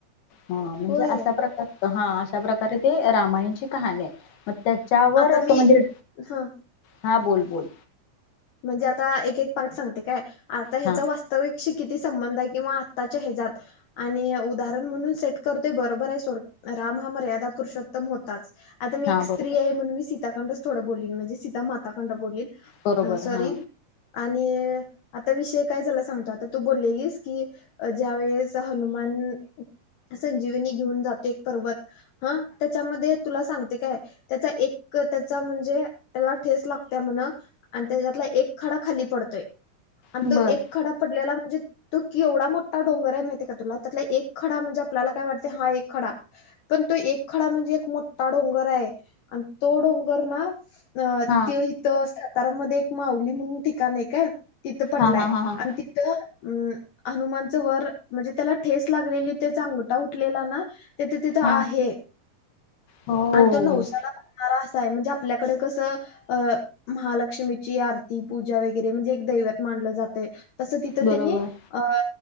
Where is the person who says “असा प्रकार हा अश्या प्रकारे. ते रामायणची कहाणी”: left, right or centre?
Left